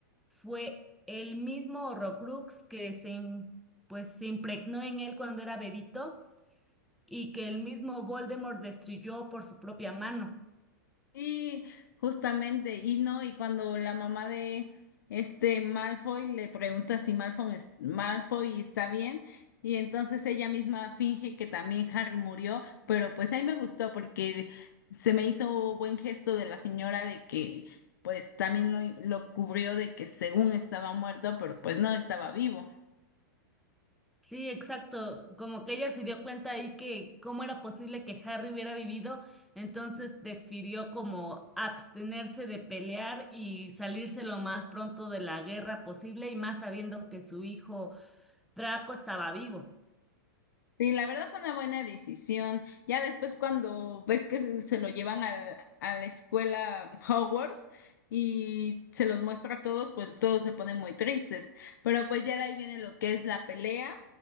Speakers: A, in the centre; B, on the left.
A: fue el mismo Horrocrux que se, im- pues, se impregnó en él cuando era bebito y que el mismo Voldemort destruyó por su propia mano.
B: Y justamente, y no, y cuando la mamá de este Malfoy le pregunta si Malfoy, es- Malfoy está bien, y entonces ella misma finge que también <laughs> Harry murió, pero pues ahí me gustó porque se me hizo buen gesto de la señora de que pues también lo, lo cubrió de que según estaba muerto, pero pues no estaba vivo.
A: Sí, exacto. Como que ella se dio cuenta ahí que cómo era posible que Harry hubiera vivido, entonces prefirió como abstenerse de pelear y salirse lo más pronto de la guerra posible y más sabiendo que su hijo Draco estaba vivo.
B: Sí, la verdad fue una buena decisión. Ya después cuando ves que se lo llevan al, a la escuela <laughs> Hogwarts y se los muestra a todos, pues todos se ponen muy tristes. Pero pues ya de ahí viene lo que es la pelea